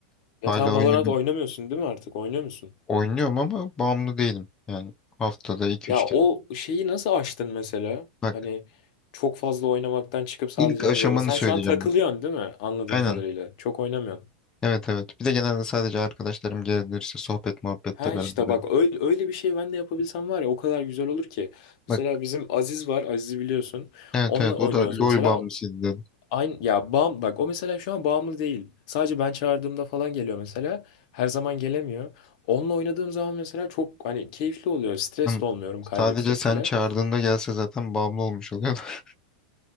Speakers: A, on the left; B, on the left.
A: Ya
B: hala
A: sen Valorant
B: oynadım,
A: oynamıyorsun değil mi artık? Oynuyor musun?
B: oynuyorum ama bağımlı değilim. Yani haftada iki
A: Ya
B: üç kere.
A: o şeyi nasıl aştın mesela?
B: Bak
A: Hani çok fazla oynamaktan çıkıp sadece
B: ilk aşamanı
A: hani böyle. Sen
B: söyleyeceğim
A: şu an takılıyorsun
B: bak.
A: değil mi? Anladığım
B: Aynen.
A: kadarıyla. Çok oynamıyorsun.
B: Evet evet. Bir de genelde sadece arkadaşlarım gelirse sohbet muhabbette
A: Ha
B: beraber.
A: işte bak
B: öyle.
A: öyle, öyle bir şey ben de yapabilsem var ya o kadar güzel olur ki.
B: Bak
A: Mesela bizim Aziz var. Aziz'i biliyorsun.
B: evet
A: Onunla
B: evet
A: oynuyoruz
B: o da LOL
A: mesela.
B: bağımlısıydı
A: O-
B: dedi.
A: Aynı ya bağım bak o mesela şu an bağımlı değil. Sadece ben çağırdığımda falan geliyor mesela. Her zaman gelemiyor. Onunla oynadığım zaman mesela çok hani keyifli oluyor. Stres
B: Ama
A: de olmuyorum
B: Sadece
A: kaybetsek
B: sen
A: bile.
B: çağırdığında gelse zaten bağımlı olmuş oluyor. <laughs>